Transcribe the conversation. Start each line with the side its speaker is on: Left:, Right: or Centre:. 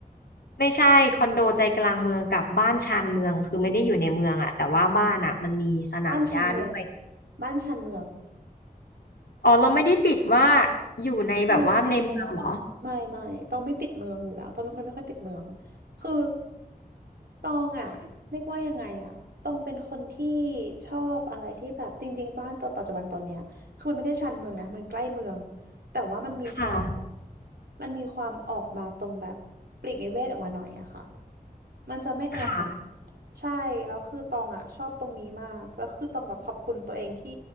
Left: ไม่ใช่คอนโดใจกลางเมืองกับบ้านชานเมืองคือไม่ได้อยู่ในเมืองอะแต่ว่าบ้านอะมันมีสนามหญ้าด้วย
Right: บ้านชันเมือง บ้านชันเมือง
Left: อ๋อเราไม่ได้ติดว่าอยู่ในแบบว่าในเมืองเหรอ
Right: ไม่ไม่ไม่ไม่ไม่ไม่ต้องไม่ติดเมืองอยู่แล้วต้องเป็นคนไม่ค่อยติดเมือง คือตองอ่ะเรียกว่ายังไงอ่ะตองเป็นคนที่ชอบอะไรที่แบบจริงๆบ้านตัวปัจจุบันตอนเนี้ยคือมันไม่ได้ชานเมืองนะ มันใกล้เมือง แต่ว่ามันมีความแบบ
Left: ค่ะ
Right: มันมีความออกมาตรงแบบปลีกวิเวกออกมาหน่อยอะค่ะมันจะไม่แออัด
Left: ค่ะ
Right: ใช่แล้วคือตองอ่ะชอบตรงนี้มากแล้วคือตองแบบขอบคุณตัวเองที่